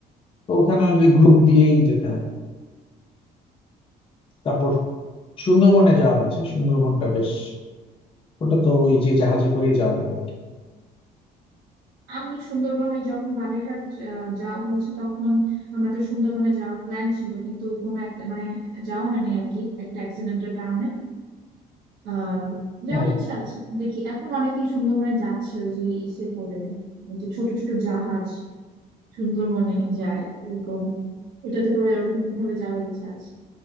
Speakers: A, on the left (about 30°); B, on the right (about 90°).
A: তো ওখানে গ্রুপ দিয়েই যেতে হয় তারপর সুন্দরবনে যাওয়া হয়েছে সুন্দরবনটা বেশ ওটা তো ওই যে জাহাজে করেই যাওয়া লাগে আর কি
B: আমি সুন্দরবনে যখন বাগেরহাট আহ, যাওয়া হয়েছে তখন আমাদের সুন্দরবনে যাওয়ার প্ল্যান ছিল কিন্তু কোনো একটা মানে যাওয়া হয় নাই আর কি একটা অ্যাক্সিডেন্টের কারণে আহ যাওয়ার
A: ও
B: ইচ্ছা আছে দেখি এখন অনেকেই সুন্দরবনে যাচ্ছে ওই যে ইসে করে ওই যে ছোট ছোট জাহাজ সুন্দরবনে যায় এরকম এটাতে করে ওরকম ভাবে যাওয়ার ইচ্ছা আছে